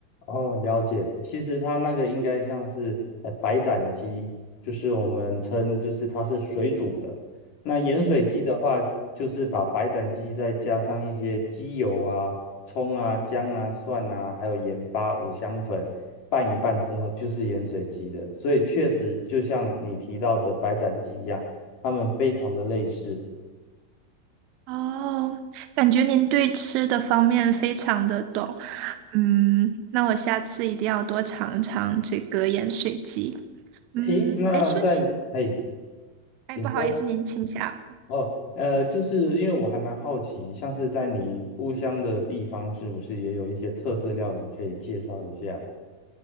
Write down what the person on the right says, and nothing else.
哦，感觉您对吃的方面非常的懂，嗯，那我下次一定要多尝尝这个盐水鸡。嗯，
哎，说起，
哎，
不好意思，您请讲。